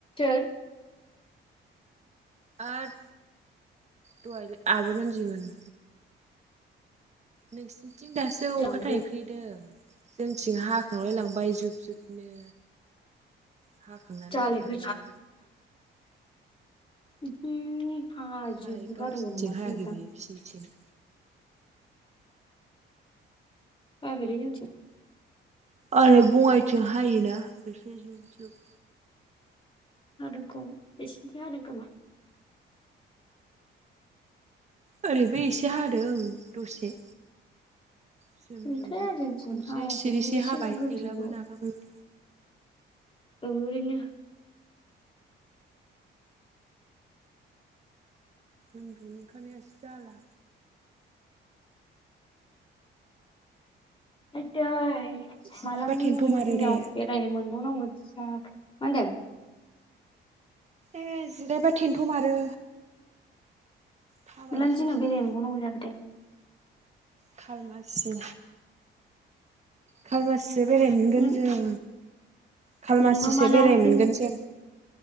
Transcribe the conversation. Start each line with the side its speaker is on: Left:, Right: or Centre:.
Left: <unintelligible>
Right: आद दहाय आब' रोन्दि मोन नोंसिनिथिं दासो
Left: जालायखो
Right: अखा थाफ्रिदों? जोंथिं हाखांलाय लांबाय जुब जुबनो। हाखांनानै
Left: जालायखो
Right: नागारबाय
Left: <unintelligible>
Right: मालाय गावसिनिथिं
Left: हादोंबावनो माथो
Right: हायाखै
Left: नोंथां
Right: बे बिसिनिथिं।
Left: हाया खैलै जोंथिं।
Right: ओरै बङाइथिं हायोना एसे जुब जुब।
Left: <unintelligible> बेसिनिथि हादों खोमा।
Right: ओरैबो एसे हादों दसे। जोम
Left: गैथ्राया
Right: जोम हा
Left: जोंथिं
Right: खनसे
Left: हायाखैनो
Right: सिरिसे
Left: एसेल'
Right: हाबाय
Left: गोदैल'
Right: गैलाबो नागार बायबो।
Left: ओरैनो
Right: उन्दुनो ओंखारनायासो जाला।
Left: आयदै
Right: जिरायबा
Left: मालानि
Right: थेन्थ' मारो
Left: दिनाव
Right: दे
Left: बेरायनो मोनबावनांगौ मा होनदों।
Right: ए जिरायबा थेन्थ' मारो। थाबायनोसैसो
Left: मालानि दिनाव बेरायनो
Right: आं
Left: मोनबावनांगौ जाखोथाय।
Right: खालमासि खालमासिसो बेरायनो मोनगोन
Left: नों
Right: जों। खालमासिसो
Left: नोंबा माला
Right: बेराय मोनगोन
Left: फैगोन
Right: जों